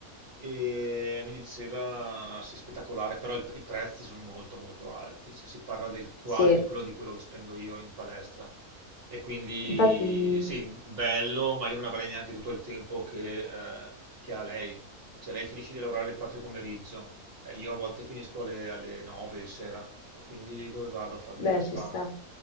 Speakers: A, on the right; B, on the left.
A: e mi diceva, sì, spettacolare, però il- i prezzi sono molto molto alti, cioè si parla del quadruplo
B: Sì,
A: di quello che spendo io in palestra. E quindi
B: infatti,
A: sì, bello, ma io non avrei neanche tutto il tempo che, eh, che ha lei. Cioè lei finisce di lavorare alle 4 di pomeriggio, eh, io a volte finisco alle, alle 9 di sera e quindi dove vado a farmi
B: beh,
A: la SPA?
B: ci sta.